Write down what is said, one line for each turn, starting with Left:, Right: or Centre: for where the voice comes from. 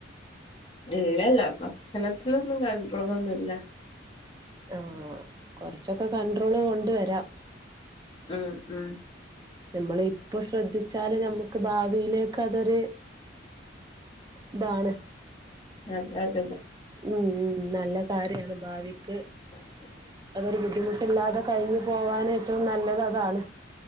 Left: ഇല്ലല്ല ഭക്ഷണത്തിലൊന്നും കൺട്രോളൊന്നുല്ല
Right: ആഹ കൊറച്ചൊക്കെ കണ്ട്ട്രോള് കൊണ്ട് വരാം
Left: ഉം ഉം
Right: നമ്മള ഇപ്പോ ശ്രദ്ധിച്ചാല് നമ്മുക്ക് ഭാവിയിലേക്ക് അതൊരു ഇതാണ്
Left: <unintelligible>
Right: ഉം ഉ നല്ല കാര്യാണ് ഭാവിക്ക്
Left: <unintelligible>
Right: ഒരു ബുദ്ധിമുട്ടില്ലാതെ കഴിഞ്ഞു പോകാന് ഏറ്റവും നല്ലത് അതാണ്.